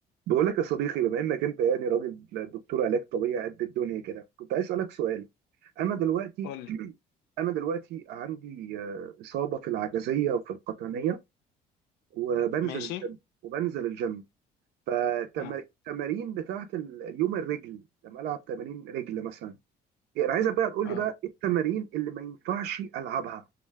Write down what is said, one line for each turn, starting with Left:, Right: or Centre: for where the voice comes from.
Right: بقول لك يا صديقي بما انك انت يعني راجل دكتور علاج طبيعي قد الدنيا كده كنت عايز اسالك سؤال انا دلوقتي
Left: قول لي
Right: <clears throat> انا دلوقتي عندي آه، اصابه في العجزيه وفي القطنيه وبنزل
Left: ماشي
Right: الجيم وبنزل الجيم فالتمارين
Left: اه
Right: بتاعت ال- اليوم الرجل لما العب تمارين رجل مثلا يعني انا عايزك بقى تقول
Left: اه
Right: لي بقى ايه التمارين اللي ما ينفعش العبها